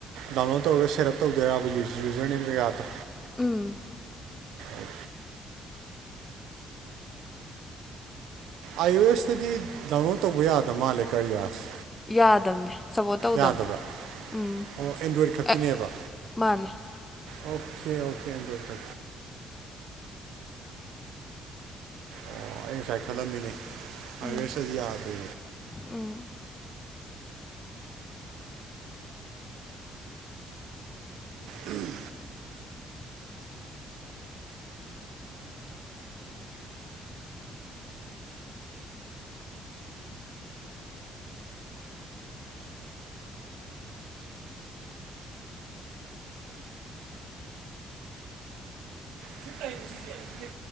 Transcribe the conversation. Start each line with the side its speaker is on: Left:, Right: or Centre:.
Right: ꯗꯥꯎꯟꯂꯣꯗ ꯇꯧꯔꯒ ꯁꯦꯠ ꯑꯞ ꯇꯧꯗꯣꯏꯕ ꯌꯨꯖꯔ ꯅꯦꯝ ꯀꯖꯀꯒꯥꯗꯣ
Left: ꯎꯝ
Right: ꯑ ꯑꯥꯏ ꯑꯣ ꯑꯦꯁꯇꯗꯤ ꯗꯥꯎꯟꯂꯣꯗ ꯇꯧꯕ ꯌꯥꯗꯕ ꯃꯥꯜꯂꯦ ꯀꯔꯤꯌꯥꯁ
Left: ꯌꯥꯗꯕꯅꯦ ꯁꯞꯄꯣꯔꯠ ꯇꯧꯗꯕꯅꯦ
Right: ꯌꯥꯗꯕ꯭ꯔꯥ
Left: ꯎꯝ
Right: ꯑꯣ ꯑꯦꯟꯗ꯭ꯔꯣꯏꯗ ꯈꯛꯀꯤꯅꯦꯕ
Left: ꯑꯦ ꯃꯥꯅꯦ
Right: ꯑꯣꯀꯦ ꯑꯣꯀꯦ ꯑꯗ ꯐ ꯑꯣ ꯑꯩ ꯉꯁꯥꯏ ꯈꯜꯂꯝꯃꯤꯅꯦ
Left: ꯎꯝ
Right: ꯑꯁꯗꯤ ꯌꯥꯗꯦ
Left: ꯎꯝ
Right: ꯎꯝ ꯁꯤꯐ ꯇ ꯁꯤꯁꯦ ꯊ꯭ꯔ